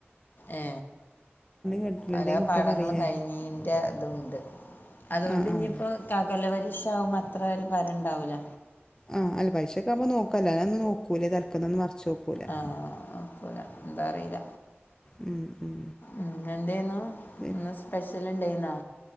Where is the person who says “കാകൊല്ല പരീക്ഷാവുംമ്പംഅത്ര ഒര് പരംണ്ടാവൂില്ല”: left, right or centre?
Left